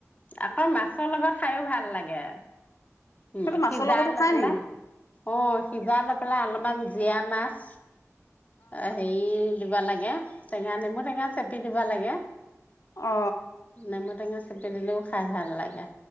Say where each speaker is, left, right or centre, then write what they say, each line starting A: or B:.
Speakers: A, on the left (about 30°); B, on the left (about 75°).
A: আকৌ মাছৰ লগত খাইও ভাল লাগে। উ
B: সেইটো মাছৰ
A: সিজাই
B: লগতো
A: লয়
B: খাই
A: পেলাই
B: নেকি
A: অ সিজাইলৈ পেলাই অলপমান জিয়া মাছ অ হেৰি দিব লাগে টেঙা নেমু টেঙা চেপি দিব লাগে,
B: অ
A: নেমু টেঙা চেপি দিলেও খাই ভাল লাগে,